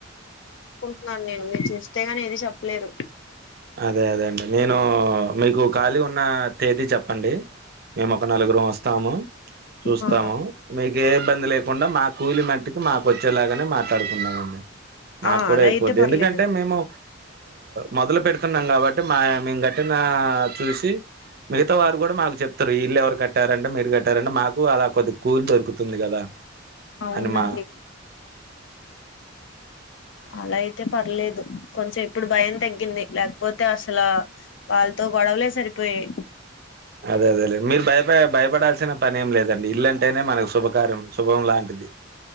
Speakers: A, on the left; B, on the right.
A: ను నేను మీరు చేస్తే గాని ఏది చెప్పలేరు
B: అదే అదే అండి నేను మీకు ఖాళీ ఉన్న తేదీ చెప్పండి మేము ఒక నలుగురు వస్తాము చూస్తాము
A: ఆ
B: మీకు ఏ ఇబ్బంది లేకుండా మా కూలి మట్టికి మాకు వచ్చేలాగా మాట్లాడుకుందామండి మాకూడా
A: ఆ అలా
B: ఎక్కువ
A: అయితే పర్లేదండి
B: ఎందుకంటే మేము మొదలు పెడి న్నాం కాబట్టి మా మేం గట్టిన చూసి మిగతా వారి కూడా మాకు చెప్తారు వీళ్ళు ఎవరు కట్టారంటే మీరు కట్టారంటే మాకు అలా కొద్దిగ కూలు దొరుకుతుంది కదా
A: అవునండి
B: అని మా
A: అలా అయితే పర్లేదు కొంచెం ఇప్పుడు భయం తగ్గింది లేకపోతే అసలు వాళ్ళతో గొడవలే సరిపోయాయి
B: అదే అదే లేండి మీరు భయప భయపడాల్సిన పని ఏం లేదండి. ఇల్లంటేనే మనకు శుభకార్యం శుభం లాంటిది.